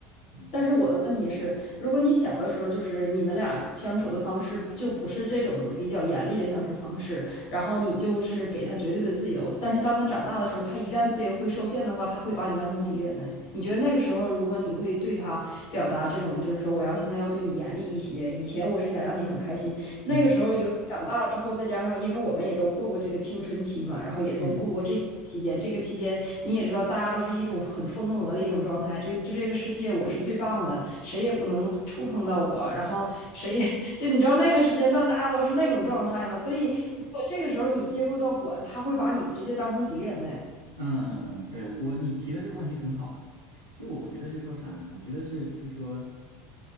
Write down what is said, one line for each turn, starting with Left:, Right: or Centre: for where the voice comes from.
Right: 嗯
Left: 但是我的问题是，如果你小的时候就是你们俩相处的方式就不是这种比较严厉的相处方式，然后你就是给他绝对的自由，但是当他长大的时候，他一旦自由会受限的话，他会把你当成敌人呢。你觉得那个时候，如果你会对他表达这种，就是说我要现在要对你严厉一些，以前我是想让你很开心，那个时候，
Right: 嗯嗯
Left: 尤其长大了之后，再加上因为我们也都过过这个青春期嘛，然后也都过过这些期间。
Right: 嗯
Left: 这个期间，你也知道，大家都是一种很疯魔的一种状态。这个就这个世界，我是最棒的，谁也不能触碰到我。然后谁也 <laughs> 就你知道那个时间段，大家都是那种状态嘛。所以，如果这个时候你介入到管，他会把你直接当成敌人的。
Right: 嗯嗯嗯，对我你提的这个问题很好了，就我我觉得是说啥呢？我觉得是是说